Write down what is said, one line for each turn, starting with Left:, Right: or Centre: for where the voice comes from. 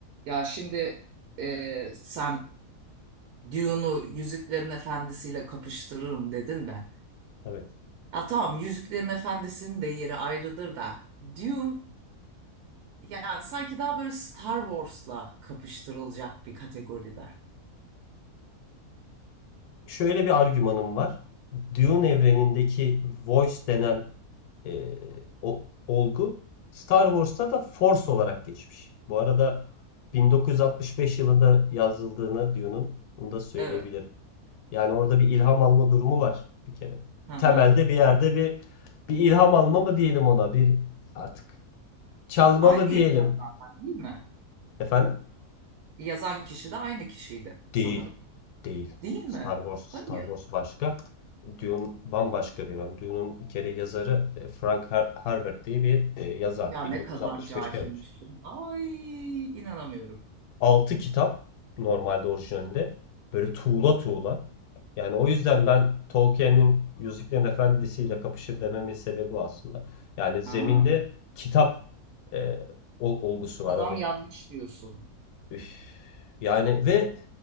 Right: Ya şimdi e, sen Dune'u Yüzüklerin Efendisi'yle kapıştırırım dedin de.
Left: Evet.
Right: Ya tamam Yüzüklerin Efendisi'nin de yeri ayrıdır da. Dune yani sanki daha böyle Star Wars'la kapıştırılacak bir kategoride.
Left: Şöyle bir argümanım var. Dune evrenindeki Voice denen e, o, olgu Star Wars'ta da Force olarak geçmiş. Bu arada 1965 yılında yazıldığını Dune'un bunu da söyleyebilirim.
Right: Evet.
Left: Yani orada bir ilham alma durumu var bir kere.
Right: Hı hı.
Left: Temelde bir yerde bir bir ilham alma mı diyelim ona bir artık çalma
Right: Aynı
Left: mı diyelim
Right: yazar zaten değil mi?
Left: efendim.
Right: Yazan kişi de aynı kişiydi sanırım.
Left: Değil. Değil.
Right: Değil mi?
Left: Star Wars, Star
Right: Hayır.
Left: Wars başka. Dune bambaşka bir adam. Dune'un bir kere yazarı e, Frank Her- Herbert diye bir e, yazar.
Right: Ya
Left: 1965'te
Right: ne kadar cahilmişim.
Left: yapmış.
Right: Ay inanamıyorum.
Left: 6 kitap normalde orijinalinde. Böyle tuğla tuğla. Yani o yüzden ben Tolkien'in Yüzüklerin Efendisi'yle kapışır dememin sebebi o aslında. Yani zeminde
Right: Ha,
Left: kitap e, ol- olgusu var.
Right: adam
Left: Hani
Right: yazmış diyorsun.
Left: üf. Yani ve